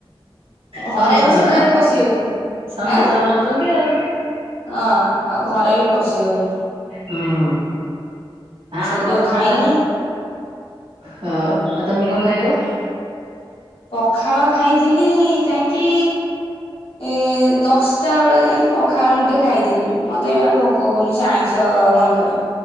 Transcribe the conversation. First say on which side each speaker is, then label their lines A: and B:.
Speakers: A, on the left; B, on the right.
A: ଘରେ
B: ସମସ୍ତଙ୍କର
A: ବି ସୁଧା
B: ଆଁ
A: ବି ପଶି ହଉନି
B: ସମସ୍ତଙ୍କର
A: ଆଁ
B: କରୁଛନ୍ତି ଆଉ
A: ହଁ ଆଉ ଘରେ ବି ପଶି ହାଉନି
B: ହଁ ହଁ
A: ସେଇ
B: ମୋର
A: ଯୋଉ ଖାଇନି
B: ମୁଁ ପା ଛ ହଁ ଆ ତମେ କ ଖାଇବ
A: ପଖାଳ ଖାଇଥିଲି ଯାଇକି ଏ ଦଶଟା ବେଳେ ଯାଇକି ପଖାଳ ମୁଟେ ଖାଇଥିଲି ମୋତେ ଏଆ ଭୋକ କଉନି ସେ ଆଇଁଷ ଗନ୍ଧରେ